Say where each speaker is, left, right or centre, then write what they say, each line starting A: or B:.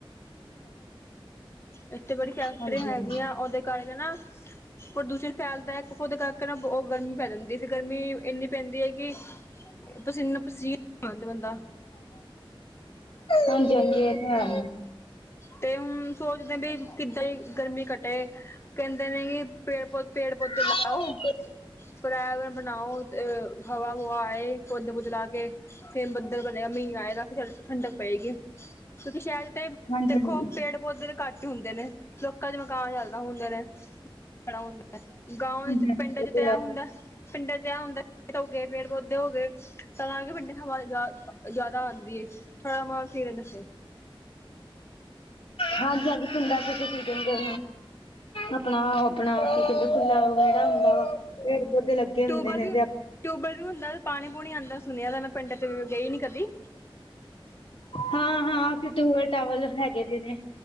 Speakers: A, on the left (about 30°); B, on the left (about 85°).
A: ਏਥੇ ਬੜੀ ਫੈਕਟਰੀਆਂ
B: ਹਾਂਜੀ
A: ਹੈਗੀਆਂ,
B: ਹਾਂਜੀ
A: ਓਦੇ ਕਰਕੇ ਨਾ ਪ੍ਰਦੂਸ਼ਣ ਫੈਲਦਾ ਓਦੇ ਕਰ ਨਾ ਓ ਗਰਮੀ ਪੈ ਜਾਂਦੀ, ਫੇਰ ਗਰਮੀ ਇੰਨੀ ਪੈਂਦੀ ਹੈਕਿ ਪਸੀਨਾ-ਪਸੀਨ ਹੋ ਜਾਂਦਾ ਬੰਦਾ।
B: ਹਾਂਜੀ-ਹਾਂਜੀ, ਏ ਤੇ ਹੈ।
A: ਤੇ ਹੁਨ ਸੋਚਦੇ ਵੀ ਕਿੱਦਾਂ ਹੀ ਗਰਮੀ ਕੱਟ ਤੇ ਕਹਿੰਦੇ ਨੇ ਪੇੜ-ਪੌ, ਪੇੜ ਪੌਦੇ
B: ਹਾਂਜੀ
A: ਲਾਓ। ਪਰਾਏਵਰਨ ਬਨਾਓ <unintelligible> ਹਵਾ-ਹੁਵਾ ਆਏ, ਪੌਦੇ ਪੁਦੇ ਲ ਕੇ ਫਿਰ ਬੱਦਲ ਬਨੇਗਾ, ਮੀਂ ਆਏਗਾ ਫਿਰ ਠੰਡਕ ਪਏਗੀ। ਕਿਉਂਕਿ ਸ਼ਹਿਰ 'ਚ ਤੇ
B: ਹਾਂਜੀ ਹਾਂਜੀ
A: ਪੇੜ-ਪੌਦੇ ਤੇ ਘੱਟ ਹੀ ਹੁੰਦੇ ਨੇ, ਲੋਕਾਂ ਦੇ ਮਕਾਨ ਜਾਦਾ ਹੁੰਦੇ ਨੇ। ਖੜਾ ਹੁੰਦਾ, ਗਾਵ ਵਿੱਚ ਤੇ
B: ਹਾਂਜੀ
A: ਪਿੰਡਾਂ
B: ਇਹ
A: 'ਚ ਤੇ ਐ
B: ਹੈ
A: ਹੁੰਦਾ ਪਿੰਡ 'ਚ ਤੇ ਐ ਹੁੰਦਾ, ਪੇੜ ਹੋ ਗੇ, ਪੇੜ ਪੌਦੇ ਹੋ ਗੇ। ਤਾਂ ਕਰ ਕੇ ਪਿੰਡ 'ਚ ਹਵਾ ਜਾ ਜਾਦਾ ਆਂਦੀ ਏ, ਥੋੜਾ <unintelligible>
B: ਹਾਂਜੀ-ਹਾਂਜੀ। ਪਿੰਡਾਂ ਚ ਕੀ ਕਹਿੰਦੇ ਆਪਣਾ ਆਪਣਾ ਕੀ ਕਹਿੰਦੇ। ਫੁੱੱਲਾ ਵਗੈੜਾ ਹੁੰਦਾ ਵਾ ਪੇੜ
A: ਹਾਂਜੀ
B: ਪੌੇਦੇ ਲੱਗੇ ਹੁੰਦੇ
A: ਟਿਊਬਵੈਲ
B: ਨੇ
A: ਵੀ
B: ਤੇ
A: ਟਿਊਬਵੈਲ ਵੀ ਹੁੰਦਾ ਪਾਣੀ ਪੂਣੀ ਆਉਂਦਾ ਸੁਣਿਆ ਤਾਂੈ ਪਿੰਡਾਂ ਤੇ ਗਈ ਨੀ ਕਦੀ
B: ਹਾਂ ਹਾਂ ਟੂਵਲ ਟਾਵਲ ਹੈਗੇ ਦੇ ਨੇ।